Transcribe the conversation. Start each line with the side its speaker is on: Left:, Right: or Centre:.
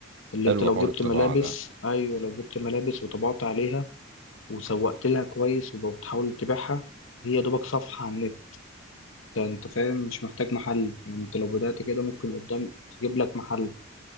Left: اللي
Right: حلو
Left: انت لو
Right: حوار
Left: جبت
Right: الطباعة
Left: ملابس
Right: ده
Left: أيوة لو جبت ملابس وطبعت عليها وسوقت لها كويس وبتحاول تبيعها هي دوبك صفحة على النت انت فاهم مش محتاج محل يعني انت لو بدأت كده ممكن قدام تجيب لك محل